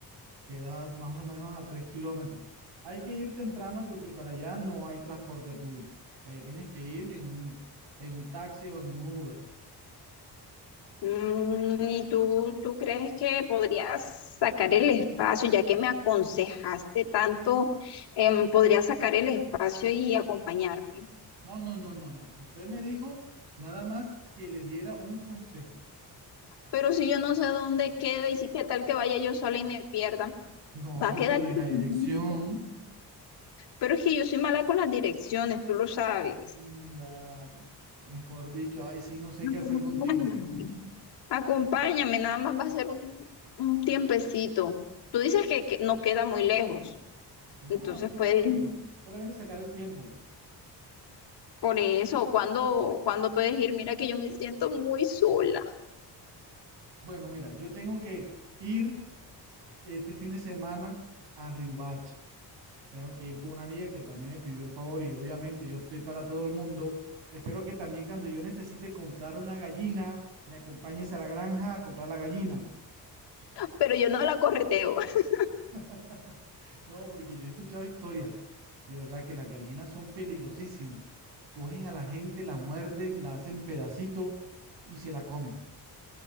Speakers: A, on the right; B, on the left.
A: queda más o menos a tres kilómetros. Hay que ir temprano porque para allá no hay transporte público. Allá tienes que ir en un, en un taxi o en un Uber.
B: Mm, ¿Y tú, tú crees que podrías sacar el espacio, ya que me aconsejaste tanto, em, podrías sacar el espacio y acompañarme?
A: No, no, no, no, no. Usted me dijo nada más que le diera un consejo.
B: Pero si yo no sé dónde queda y si qué tal que vaya yo sola y me pierda,
A: No,
B: va
A: yo
B: a quedar.
A: te doy
B: <laughs>
A: la dirección.
B: Pero es que yo soy mala con las direcciones, tú lo sabes.
A: Mm, da- mejor dicho, ay, sí, no sé qué
B: Acompáñame.
A: hacer contigo. porque-
B: Acompáñame, nada más va a ser un, un tiempecito. Tú dices que, que no queda muy lejos,
A: no,
B: entonces
A: a tres
B: puedes.
A: kilómetros. Solamente sacar el tiempo.
B: Por eso, cuando, cuando puedes ir, mira que yo me siento muy sola,
A: Bueno, mira, yo tengo que ir este fin de semana a Riohacha. Tengo que ir con una amiga que también me pidió el favor y obviamente yo estoy para todo el mundo. Espero que también cuando yo necesite comprar una gallina, me acompañes a la granja a comprar la gallina.
B: pero yo no la correteo. <laughs>
A: <laughs> No, porque yo he escuchado historias, de verdad que las gallinas son peligrosísimas. Cogen a la gente, la muerden, la hacen pedacito y se la comen.